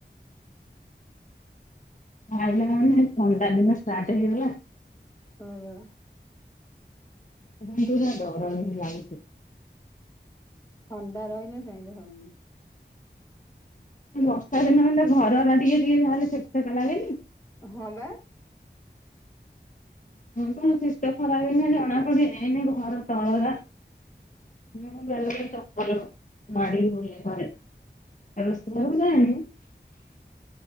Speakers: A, on the left; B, on the left.
A: ଆଜ ମାନେ ଥଣ୍ଡାଦିନ ଷ୍ଟାର୍ଟ ହେଇଗଲା।
B: ହଁ।
A: କିନ୍ତୁ ନା ଡର ହିଁ ଲାଗୁଛି।
B: ଥଣ୍ଡା ରହିଲେ ସେମିତି ହବୁ।
A: ବର୍ଷା ଦିନ ହେଲେ ଘର ଟିକେ ଟିକେ ଯା ହେଲେ ସେକ ସେକ ଲାଗେନି।
B: ହଁ ବା।
A: ର କିଛି ତ ଖରା ହେଇନି ଜଣାପଡି ଏନି ଘର ତଳରା ହଁ ବେଳେ ବେଳେ ଚପଳ ମାଡ଼ିକି ବୁଲେ ଘରେ। ରୋଷେଇ ଘରକୁ ଯାଇନି